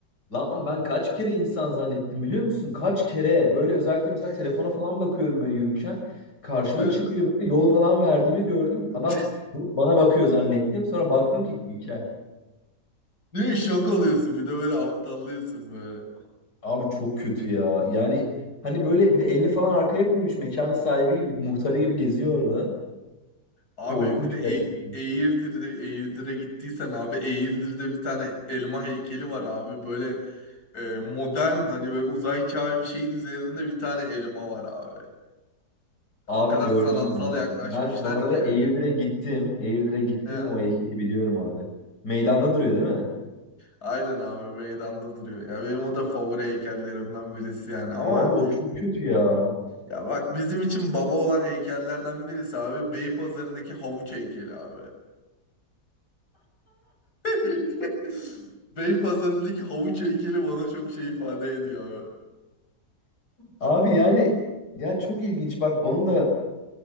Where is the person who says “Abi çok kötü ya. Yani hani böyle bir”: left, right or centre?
Left